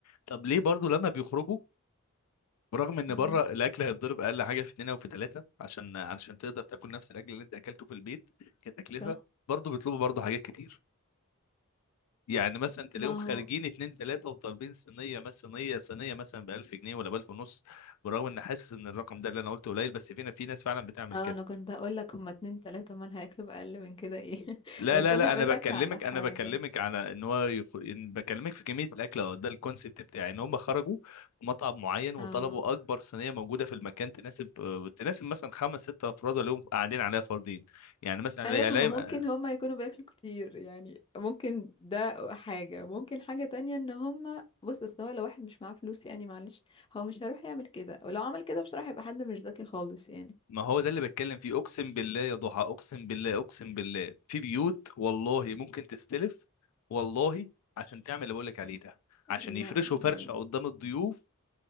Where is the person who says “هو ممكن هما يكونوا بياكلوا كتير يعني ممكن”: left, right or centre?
Left